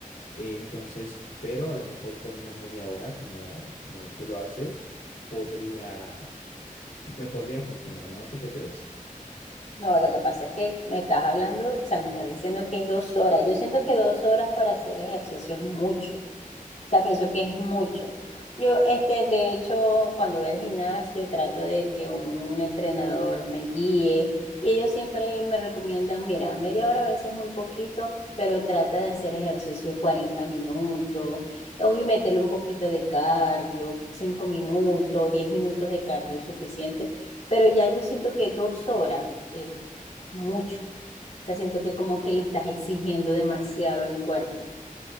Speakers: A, on the left; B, on the left.
A: Eh, entonces, pero a lo mejor con una media hora, como, como tú lo haces podría, me podría funcionar, ¿no? ¿Tú qué crees?
B: No, lo que pasa es que me estás hablando, o sea, me estás diciendo que es dos horas. Yo siento que dos horas para hacer ejercicio es mucho. O sea, pienso que es mucho. Yo, este, de hecho, cuando voy al gimnasio, trato de que un entrenador me guíe y ellos siempre me recomiendan, mira, media hora a veces es muy poquito, pero trata de hacer ejercicio 40 minutos, o y métele un poquito de cardio, 5 minutos, 10 minutos de cardio es suficiente, pero ya yo siento que dos horas es, es mucho. O sea, siento que como que le estás exigiendo demasiado el cuerpo.